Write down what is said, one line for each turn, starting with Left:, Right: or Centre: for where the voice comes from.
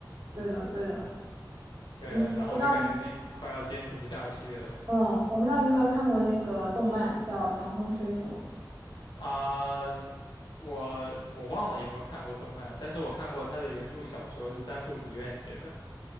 Right: 对的，对的，
Left: 对，
Right: 嗯，
Left: 然后就感觉自己快要坚持不下去了
Right: 我不知道你，嗯，我不知道你有没有看过那个动漫叫《强风吹拂》，
Left: 啊。我我忘了有没有看过动漫，但是我看过他的原著小说是三浦紫苑写的